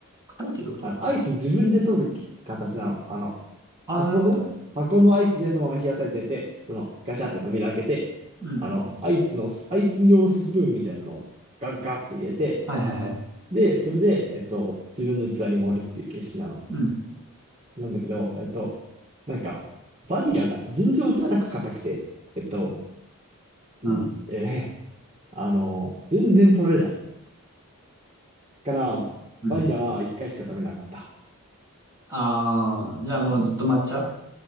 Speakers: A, on the right; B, on the right.
A: 叩いてること
B: あの、アイス自分で取る形なの。あの、
A: ああー、
B: 箱の、
A: なるほどね。
B: 箱のアイスでそのまま冷やされてて、そのガシャって扉開けて、
A: うん。
B: あの、アイスの、アイス用スプーンみたいなのをガッガッって入れて、
A: はいはいはい。
B: で、それで、えっと、自分の器に盛るっていう形式なの。
A: うん。
B: なんだけど、えっと、なんか、バニラが尋常じゃなく硬くて、えっと、
A: うん。
B: うん、えーあの、全然取れない。から、
A: うん。
B: バニラは1回しか食べなかった。
A: ああ、じゃあもうずっと抹茶
B: うん